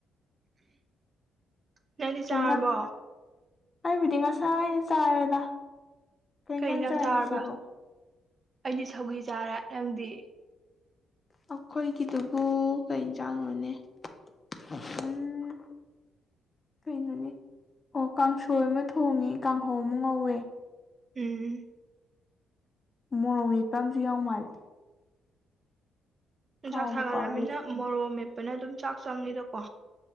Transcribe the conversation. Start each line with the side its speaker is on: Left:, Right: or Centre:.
Right: ꯅꯪꯗꯤ
Left: ꯀꯩ
Right: ꯆꯥꯔꯕꯣ
Left: ꯏꯟꯖꯥꯡ ꯑꯩꯕꯨꯗꯤ ꯉꯁꯥꯏꯅ ꯆꯥꯔꯦꯗ
Right: ꯀꯩ
Left: ꯏꯟꯖꯥꯡ
Right: ꯑꯦꯟꯖꯥꯡ
Left: ꯆꯥꯏ
Right: ꯆꯥꯔꯕ
Left: ꯉꯁꯤꯕꯣ
Right: ꯑꯩꯗꯤ ꯁꯧꯒꯤ ꯆꯥꯔꯦ ꯅꯪꯗꯤ
Left: ꯑꯩꯈꯣꯏꯒꯤꯗꯨꯕꯨ ꯀꯩ ꯑꯦꯟꯖꯤꯡꯅꯣꯅꯦ ꯎꯝ ꯀꯩꯅꯣꯅꯦ ꯑꯣ ꯀꯥꯡꯁꯣꯏ ꯑꯃ ꯊꯣꯡꯉꯦ ꯀꯥꯡꯍꯧ ꯑꯃ ꯉꯧꯋꯦ
Right: ꯎꯝ
Left: ꯃꯣꯔꯣꯛ ꯃꯦꯠꯄ ꯑꯃꯁꯨ ꯌꯥꯎ ꯃꯥꯜꯂꯦ
Right: ꯅꯨꯡꯁꯥ
Left: ꯀꯥꯎꯕꯨ
Right: ꯁꯥꯒꯠꯂꯛꯑꯕꯅꯤꯅ
Left: ꯀꯥꯎꯔꯦ
Right: ꯃꯣꯔꯣꯛ ꯃꯦꯠꯄꯅ ꯑꯗꯨꯝ ꯆꯥꯛ ꯆꯪꯉꯤꯗ ꯀꯣ